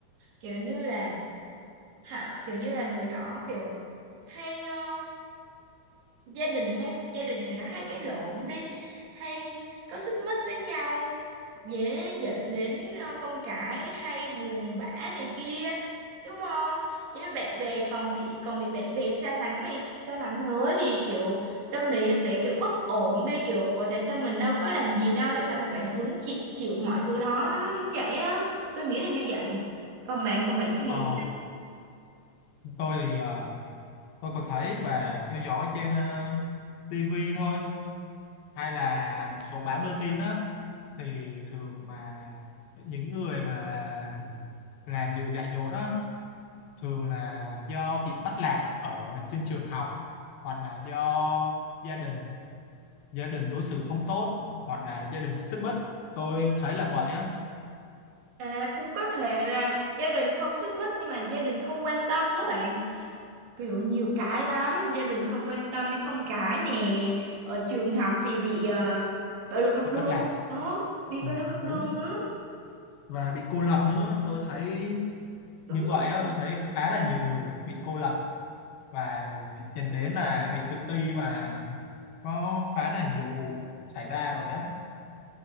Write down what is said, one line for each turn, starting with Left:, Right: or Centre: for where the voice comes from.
Right: Kiểu như là họ kiểu như là người đó kiểu hay ờ, gia đình ấy, gia đình người đó hay cãi lộn đi hay có xích mích với nhau dễ dẫn đến ờ, con cái hay buồn bã này kia đúng không với bạn bè còn bị còn bị bạn bè xa lánh này xa lánh nữa thì kiểu tâm lý nó sẽ kiểu bất ổn đi kiểu ủa tại sao mình đâu có làm gì đâu tại sao mình phải hứng chịu chịu mọi thứ đó đó giống vậy á tôi nghĩ là như vậy còn bạn còn bạn suy nghĩ
Left: ờ,
Right: sao
Left: tôi thì ờ, tôi có thấy và theo dõi trên ờ, TV thôi hay là một số báo đưa tin á thì thường mà những người mà làm điều dạy dỗ đó thường là do bị bắt nạt ở trên trường học hoặc là do gia đình gia đình đối xử không tốt hoặc là gia đình xích mích tôi thấy là vậy á
Right: à cũng có thể là gia đình không xích mích nhưng mà gia đình không quan tâm á bạn kiểu nhiều cái lắm gia đình không quan tâm đến con cái nè ở trường học thì bị ờ, bạo lực học
Left: bị bắt
Right: đường
Left: nạt
Right: ờ bị
Left: ừ,
Right: bạo lực học
Left: đúng
Right: đường nữa
Left: và bị cô lập nữa tôi thấy
Right: đúng
Left: như vậy
Right: rồi
Left: á tôi thấy khá là nhiều người bị cô lập và bị- dẫn đến là bị tự ti và có khá là nhiều vụ xảy ra rồi á